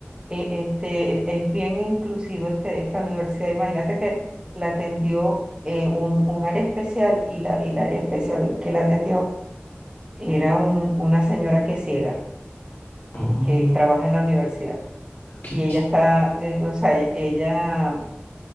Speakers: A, on the right; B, on the left.
A: e- Este, e- es bien inclusivo este, esta universidad. Imagínate que la atendió eh, un, un área especial y la, y el área especial que la atendió era un- una señora que es ciega,
B: Oh,
A: que trabaja en la universidad.
B: qué-
A: Y ella
B: qué-
A: está, eh, o sea, e- ella